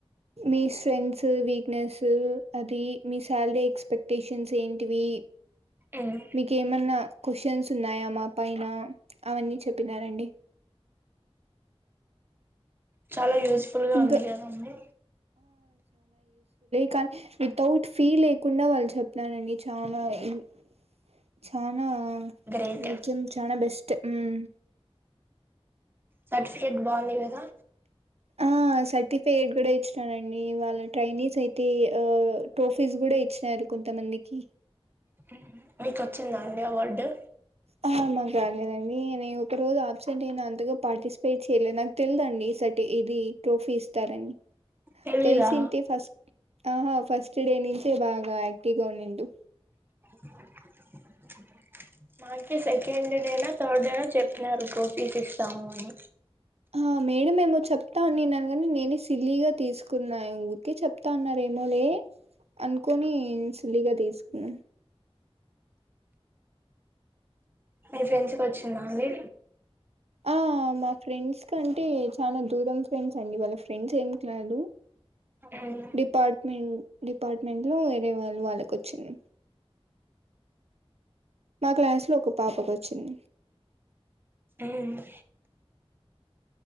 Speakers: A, on the right; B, on the right.
A: మీ స్ట్రెంగ్త్స్ సు, వీక్‌నెస్‌ సు, అది మీ శాలరీ ఎక్స్‌పెక్టేషన్స్ ఏంటివి?
B: ఉమ్
A: మీకేమన్నా? క్వశ్చన్స్ ఉన్నాయా, మా పైన? అవన్నీ చెప్పినారండి.
B: చాలా యూజ్‌ఫుల్‌గా
A: ఇంకా
B: ఉంది కదా? అండి.
A: కాన, వితౌట్ ఫీల్ ఏ లేకుండా? వాళ్లు చెప్పినారండి చానా ఇవి. చానా
B: గ్రేట్
A: నిత్యం, చానా బెస్ట్. హ్మ్మ్
B: సర్టిఫికెట్, బా ఉంది కదా?
A: ఆ సర్టిఫేట్ కూడా ఇచ్చినాడండి. వాళ్ల ట్రైనీస్ అయితే, ఆ ట్రోఫీస్ కూడా ఇచ్చినారు! కొంతమందికి.
B: హ్మ్మ్, మీకు వచ్చిందా అండి అవార్డు?
A: ఆ మాక రాలేదండి. నే ఒక రోజు అబ్సెంట్ అయినా. అంతగా పార్టిసిపేట్ చేయలేనాన్. నాకు తెలదు అండి? సర్టి ఇది, ట్రోఫీ ఇస్తార అని?
B: తెలీదా
A: తెల్సింటే ఫస్ట్. ఆహా, ఫస్ట్ డే నించేయ్, బాగా యాక్టివ్‌గా ఉంనిండు.
B: <unintelligible> మాకే సెకండ్ డే నా, థర్డ్ డే నా, చెప్పినారు ట్రోఫీస్ ఇస్తాము అని.
A: ఆహ్, మేడం ఏమో చెప్తా అన్నినారు? గాని నేనే సిల్లీగా తీసుకున్నాను. అయినా ఊరికే చెప్తా అన్నారు ఏమోలే? అన్కొని సలిగద్ తీసుకున్నా
B: మీ ఫ్రెండ్స్కి వచ్చిందా అండి
A: ఆ మా ఫ్రెండ్స్ కంటే చాలా దూరం ఫ్రెండ్స్ అండి వాళ్ళ ఫ్రెండ్స్ ఏం కాదు,
B: ఉమ్
A: డిపార్ట్మెంట్ డిపార్ట్మెంట్ లో వేరే వాళ్ళు వాళ్ళకొచ్చిన్ మా క్లాస్ లో ఒక పాపకొచ్చిన్
B: అవును